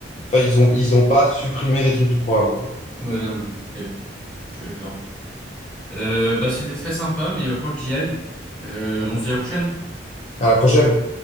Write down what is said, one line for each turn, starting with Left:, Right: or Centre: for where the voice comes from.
Left: Enfin, ils ont, ils ont pas supprimé des trucs du programme. quoi.
Centre: Ouais, non. ok, Je suis d'accord. Euh, bah, c'était très sympa, mais il va falloir que j'y aille. Euh, on se dit à la prochaine.
Left: À la prochaine.